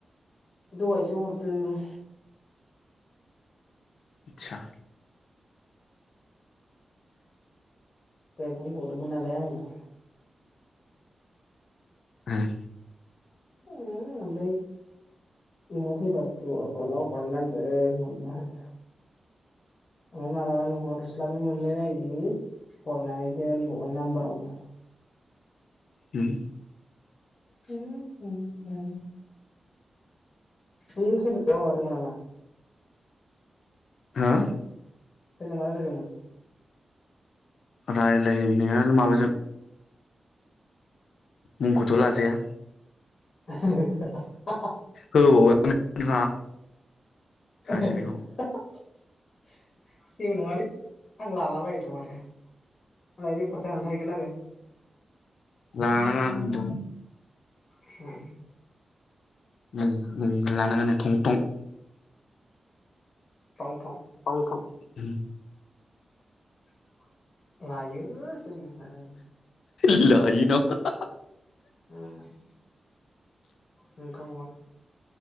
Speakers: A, on the left (about 50°); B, on the left (about 90°).
A: दहायसो हरदों
B: इतसा
A: दहाय बुंबावदोंमोन नालाय आङो <inaudible>
B: उम
A: उम आमफाय बेंआव फैबा <unintelligible> आव हरनानै दोन ओमफाय मालाबानो हरस्लाबनो मोनलायलायि हरनानै दोनबावबाय नाम्बारावनो
B: उम
A: <inaudible> नों सोरजोंबा माबा दोंमोन नामा
B: हो
A: सोरजोंबा रायलायदोंमोन?
B: रायलायनायानो माबाजों मुंखौथ' लाजाया
A: <unintelligible>
B: होबावबाय नामा नोंहा सासेनिखौ
A: <unintelligible> जेबो नङालै आं लाला बायोथ' माथो मालाय रेकर्ड जानानै थाहैगोन आरो
B: लानाङा होनदों
A: <inaudible>
B: ओम नों लानाङानो थं थं
A: थं थ'
B: थं थं उम
A: <inaudible> लायो जों आरो
B: लायो ना <unintelligible>
A: उम नंखागौबा